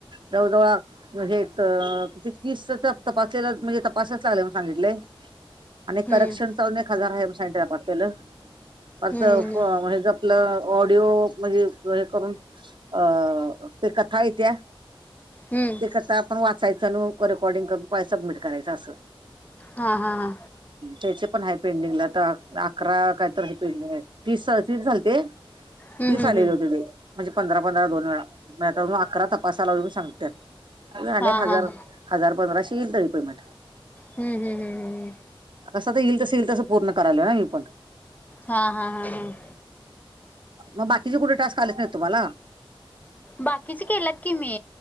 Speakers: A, on the right (about 60°); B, on the left (about 15°).
A: जवळ जवळ हे तर कि तीस तपासलेला म्हणजे तपसायच लागलं म्हणून सांगितलेय. आणि
B: हम्म
A: करक्शनंच
B: हम्म
A: अजून एक हजार आहे म्हणून आपलेलं म्हणजे
B: हम्म हम्म हम्म
A: आपलं ऑडिओ म्हणजे हे करून अ ते कथा आई त्या हाइ त्या
B: हम्म
A: ते कसं आपण वाचायचं आणि रेकॉर्डिंग करून सबमिट करायचं असं.
B: हा हा हा
A: त्याचे पण आहे पेंडिंगला तर अकरा कायतर पेंडिंग आहे तीस अ तीस झालेते. ते
B: हम्म
A: तीस
B: हम्म
A: आलेली
B: हम्म
A: होते ते म्हणजे पंधरा पंधरा दोन वेळा माझे अजून अकरा तपासा लागलोय म्हणून सांगत्यात अनेक
B: हा
A: हजार
B: हा हम्म
A: हजार पंधराशे ईल तरी पेमेट
B: हम्म हम्म
A: कसं आता येईल तसं, येईल तसं पूर्ण करालोय ना मी पण
B: हा हा हा हा
A: मग बाकीचे कुठले टास्क आलेच नाही तुम्हांला?
B: बाकीचे केल्यात की मी